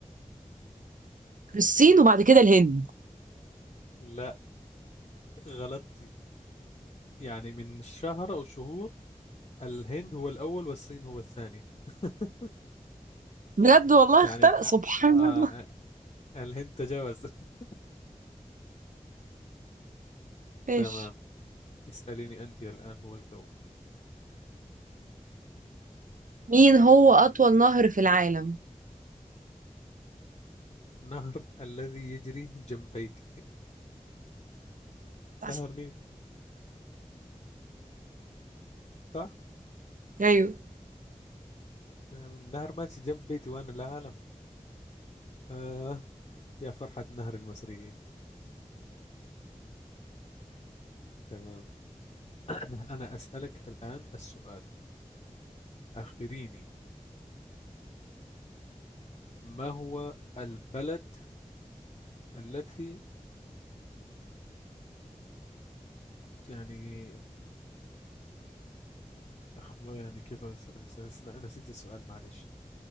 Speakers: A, on the right (about 90°); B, on the left (about 45°).
A: الصين وبعد كده الهند
B: لا غلطت يعني من شهر أو شهور الهند هو الأول والصين هو الثاني <laughs>
A: بجد والله
B: يعني
A: اخترق
B: آه
A: سبحان
B: آه
A: الله
B: آه، الهند تجاوز <laughs>
A: ماشي
B: تمام اسأليني أنت الآن هو دورك
A: مين هو أطول نهر في العالم
B: نهر الذي يجري جنب بيتي
A: بس.
B: نهر نيل صح
A: ايوه
B: نعم، نهر ماشي جنب بيتي وانا لا اعلم آه يا فرحة نهر المصريين تمام <clears throat> انا اسألك الان السؤال اخبريني ما هو البلد التي يعني أخ... يعني كيف اسالك س- س- أنا نسيت السؤال معلش